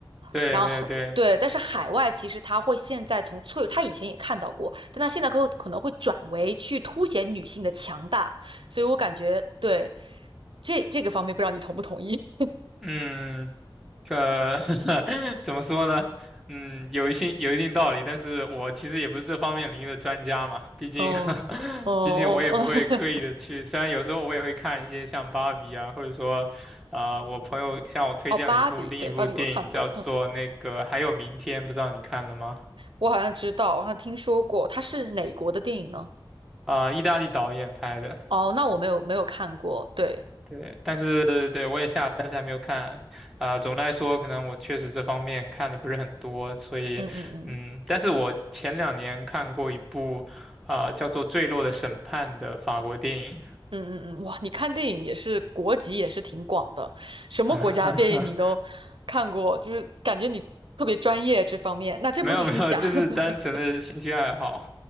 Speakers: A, in the centre; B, on the right.
A: 对对对。
B: 然后对，但是海外其实它会现在从脆，它以前也看到过，但它现在可可能会转为去凸显女性的强大，所以我感觉对这这个方面，不知道你同不同意？
A: 嗯，呃，<laughs> 怎么说呢？嗯，有一些有一定道理，但是我其实也不是这方面领域的专家嘛，
B: <laughs>
A: 毕竟，
B: 哦哦哦，
A: <laughs> 毕竟我也不会刻意的去，
B: 哦
A: 虽然有时候我也会看一些像芭比啊，或者说，啊、我朋友向我推荐了一部另一部电影叫做那个《还有明天》，
B: <laughs>，哦，芭比，对，芭比我看过，嗯，
A: 不知道你看了吗？
B: 我好像知道，我好像听说过，它是哪国的电影呢？
A: 啊、意大利导演拍的。
B: 哦，那我没有没有看过，对，
A: 对，但是对我也下了，但是还没有看。啊、总的来说，可能我确实这方面看的不是很多，所以，
B: 嗯嗯嗯。
A: 嗯，但是我前两年看过一部，啊、叫做《坠落的审判》的法国电影，
B: 嗯嗯嗯，哇，你看电影也是国籍也是挺广的，什么国家电影你都看过，
A: <laughs>
B: 就是感觉你特别专业这方面。那这部电影是讲
A: 没有没有，就是单纯的兴趣爱好。
B: <laughs>